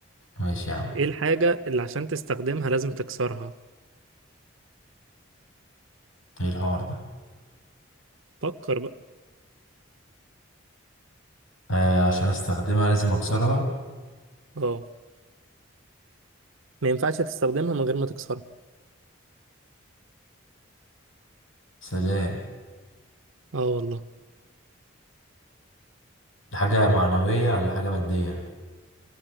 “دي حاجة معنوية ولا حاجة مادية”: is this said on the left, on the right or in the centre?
Left